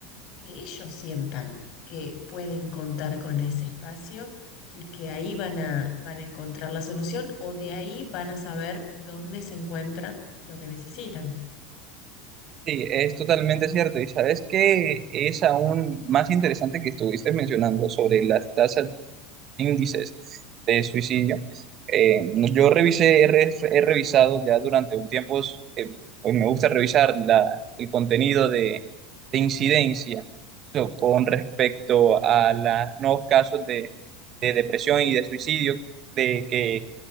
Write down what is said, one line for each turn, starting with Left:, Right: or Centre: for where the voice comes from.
Left: que ellos sientan que pueden contar con ese espacio y que ahí van a, van a encontrar la solución o de ahí van a saber dónde se encuentra lo que necesitan.
Right: Sí, es totalmente cierto. Y sabes que es aún más interesante que estuviste mencionando sobre las tasas índices de suicidio. Eh, no- yo revisé, he, re- he revisado ya durante un tiempo, eh, pues me gusta revisar la, el contenido de, de incidencia so, con respecto a los nuevos casos de, de depresión y de suicidio de que